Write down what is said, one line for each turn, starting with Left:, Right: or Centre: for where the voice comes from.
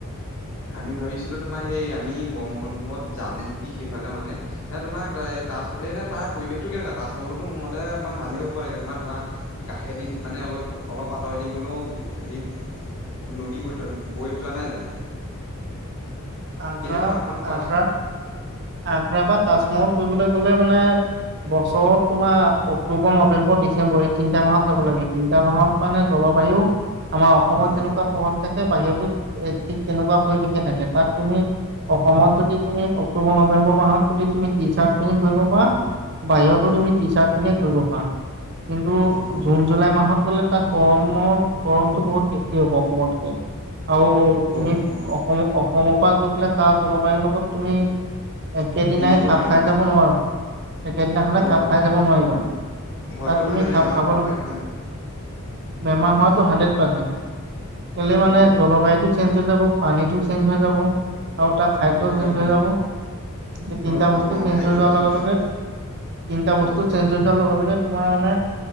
Left: আমি ভাবিছিলো তোমাৰ সেই আমি গম বন্ধত যাম নেকি সেইফালে মানে। এ, তোমাৰ তাজল এই তাৰ পৰিৱেশটো কেনেকুৱা তাজমহলতো মতে অকমান ভালেই হ'ব লাগে তোমাৰ ধৰা কাষে দিন মানে অলপ, অলপ আঁতৰেদি দি হলেও হে, নদী বৈ বৈ যোৱা নাই জানো।
Right: আগ্ৰা
Left: কেনেকুৱা অকমান কোৱাচোন
Right: আগ্ৰত আগ্ৰা বা
Left: অ
Right: তাজমহল ফুৰিবলৈ গলে মানে বছৰত তোমাৰ অক্টোবৰ নৱেম্বৰ ডিচেম্বৰ এই তিনটা মাহত যাব লাগে, তিনিটা মাহত মানে জলবায়ু আমাৰ অসমত
Left: অ
Right: যেনেকুৱা প্ৰভাৱ থাকে। বাহিৰতত এ ঠিক তেনেকুৱা পৰিৱেশে থাকে। তাত তুমি অসমত যদি তুমি অক্টোবৰ নৱেম্বৰ মাহ যদি তুমি টি চাৰ্ট পিন্ধি ফুৰিবা পাৰা বাহিৰতো
Left: অ
Right: তুমি টি চাৰ্ট পিন্ধিয়ে ফুৰিব পাৰা কিন্তু
Left: অ অ
Right: জুন জুলাই মাহত গ'লে তাত গৰমৰ গৰমটো বহুত বেছি হ'ব অসমতকে আৰু
Left: অ অ
Right: তুমি
Left: অ
Right: অসম অসমৰ পৰা গৈ পেলাই তাৰ জলবায়ুৰ লগত তুমি একেদিনাই
Left: মিলিব
Right: খাপ
Left: নোৱাৰিম
Right: খাই
Left: মানে
Right: যাব নোৱাৰো। একে দিনা খনে
Left: অ
Right: খাব খাই যাব নোৱাৰিবা।
Left: হয়তো
Right: তাত তুমি
Left: মানে বেমাৰ
Right: খাপ খাবলৈ
Left: হ'ব পাৰে হয় নহয়।
Right: বেমাৰ
Left: অ
Right: হোৱাটো
Left: অ
Right: হাণ্ড্ৰেড পাৰ্চেণ্ট আজি মানে
Left: অ অ
Right: জলবায়ুটো চেঞ্জ হৈ যাব পানীটো চেঞ্জ হৈ যাব। আৰু তাত খাদ্য
Left: হয়
Right: চেঞ্জ
Left: হয়
Right: হৈ যাব। <unintelligible>
Left: হয়
Right: তিনিটা
Left: হয়
Right: বস্তু
Left: অ
Right: চেঞ্জ
Left: খাদ্যটো
Right: হৈ যোৱাৰ লগে
Left: হয়
Right: লগে তিনিটা
Left: হয়
Right: বস্তু চেঞ্জ হৈ যোৱাৰ লগে লগে তোমাৰ মানে